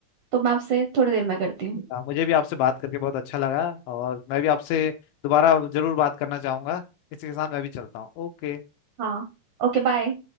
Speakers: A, on the right (about 65°); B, on the left (about 80°).
A: तो मैं आपसे थोड़ी देर में करती हूँ
B: हाँ, मुझे भी आपसे बात करके बहुत अच्छा लगा और मैं भी आपसे दोबारा जरूर बात करना चाहूंगा इसी के साथ मैं भी चलता हूँ ओके
A: हाँ ओके बाय